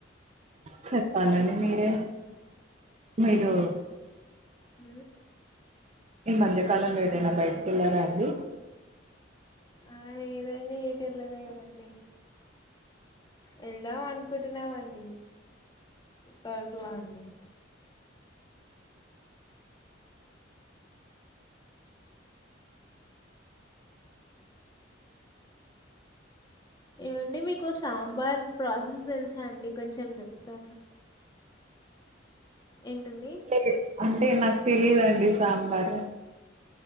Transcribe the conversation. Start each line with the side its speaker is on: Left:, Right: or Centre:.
Right: చెప్పాలండి మీరే మీరు
Left: ఊ
Right: ఈ మధ్యకాలంలో ఏదైనా బైటికెళ్లారా అండి
Left: ఆ లేదండి ఏటెళ్ళలేదండి వెళ్దాం అనుకుంటున్నామండి ఇప్పట్లో అండి ఏమండి మీకు సాంబార్ ప్రాసెస్ తెలుసా అండి కొంచెం జె కద ఏంటండి
Right: లేదు అంటే నాకు తెలీదండి సాంబార్